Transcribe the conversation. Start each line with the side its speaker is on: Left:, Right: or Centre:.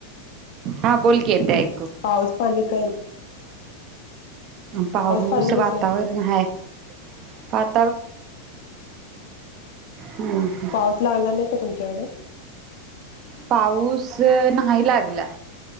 Right: हां बोलकी येतंय ऐक-
Left: पाऊस पाणी काय
Right: पाऊस
Left: पाणी
Right: वातावरण
Left: कसं आहे?
Right: हाय. पात हम्म हम्म
Left: पाऊस लागला नाही का तुमच्याकड
Right: पाऊस अ नाही लागला.